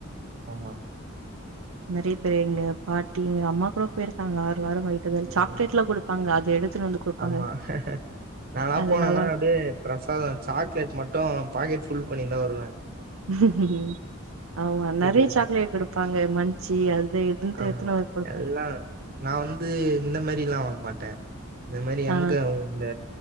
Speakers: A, on the right (about 45°); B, on the right (about 75°).
A: ஆமா
B: நறைய பேரு எங்க பாட்டி எங்க அம்மா கூட போயிருக்காங்க ஆறு வாரம் வர
A: ம்
B: சாக்லேட்லாம்
A: ம்
B: குடுப்பாங்க
A: ம்
B: அத எடுத்துனு வந்து குடுப்பாங்க
A: ஆமா நான்லா
B: அது
A: போனேன்னா
B: நல்லா
A: அப்டியே பிரசாதம் சாக்லேட் மட்டும் பாக்கெட் புல் பண்ணின்தா வருவேன்
B: ம் ஆமா நறைய
A: இருக்கு
B: சாக்லேட் குடுப்பாங்க மன்சு அது இதுன்ட்டு
A: ஆமா
B: எத்தன வர குடுப்பாங்க
A: எல்லாம் நான் வந்து இந்த மாரில்லாம் வாங்க மாட்டேன் இந்த மாரி அங்க
B: ஆ
A: இந்த